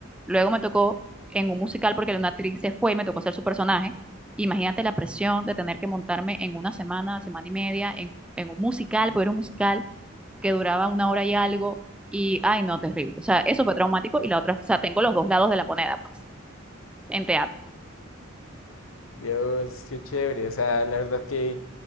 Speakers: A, in the centre; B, on the left.
A: Luego me tocó en un musical porque una actriz se fue y me tocó hacer su personaje. Imagínate la presión de tener que montarme en una semana, semana y media, en, en un musical, porque era un musical que duraba una hora y algo y, ay, no, terrible. O sea, eso fue traumático y la otra, o sea, tengo los dos lados de la moneda, pues, en teatro,
B: Dios, qué chévere. O sea, la verdad que